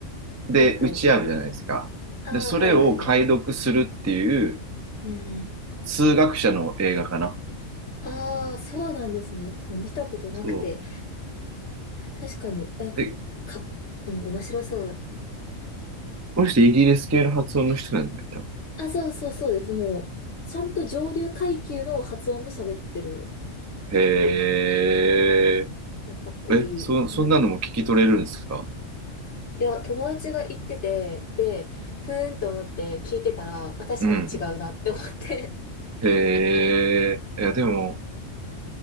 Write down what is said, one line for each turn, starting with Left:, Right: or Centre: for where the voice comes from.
Right: で打ち合うじゃないですか。
Left: はいはい。ああ、
Right: で、それを解読するっていう、
Left: はいはいはい。うんうん。
Right: 数学者の映画かな。
Left: ああ、そうなんですね。ちょっと見たことなくて。
Right: そ
Left: 確かに、え、
Right: うえ、
Left: か、うん、面白そう。
Right: この人イギリス系の発音の人なんだよ多分。
Left: あ、そうそうそうです。もう、ちゃんと上流階級の発音で喋ってる。
Right: へえ。
Left: なんかかっこいいなって。
Right: え、そ、そんなのも聞き取れるんですか
Left: いや、友達が言ってて、で、ふーんと思って聞いてたら、あ、確かに違うなって思って。
Right: うん。へえ。いや、でも、